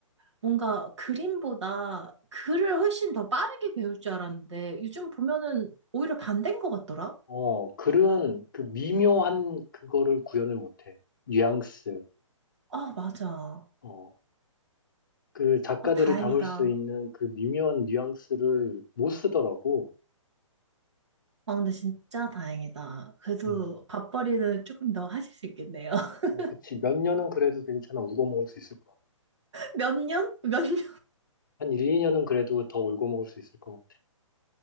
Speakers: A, on the right; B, on the left.
A: 뭔가 그림보다 글을 훨씬 더 빠르게 배울 줄 알았는데 요즘 보면은 오히려 반대인 것 같더라.
B: 어, 글은 그 미묘한 그거를 구현을 못해. 뉘앙스.
A: 아, 맞아.
B: 어, 그 작가들이
A: 아, 다행이다.
B: 담을 수 있는 그 미묘한 뉘앙스를 못 쓰더라고.
A: 아, 근데 진짜 다행이다. 그래도
B: 음.
A: 밥벌이는 조금 더 하실 수 있겠네요. <laughs>
B: 어, 그치. 몇 년은 그래도 괜찮아. 울고 먹을 수 있을 것 같아.
A: 몇 년? 몇 년?
B: 한 1, 2년은 그래도 더 울고 먹을 수 있을 것 같아.